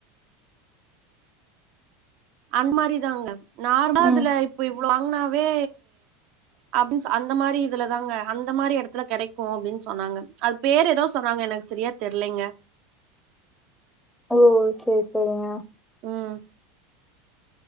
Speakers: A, on the right; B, in the centre.
A: அந் மாரி தாங்க நார்ம்லா
B: ம்.
A: அதுல இப்ப இவ்ளோ வாங்னாவே அப்டின் சொ அந்த மாரி இதுலதாங்க அந்த மாரி எடத்துல கெடைக்கு அப்டின் சொன்னாங்க அது பேரு எதோ சொன்னாங்க எனக் செரியா தெர்லேங்க
B: ஓ சேர் செரிங்க
A: ம்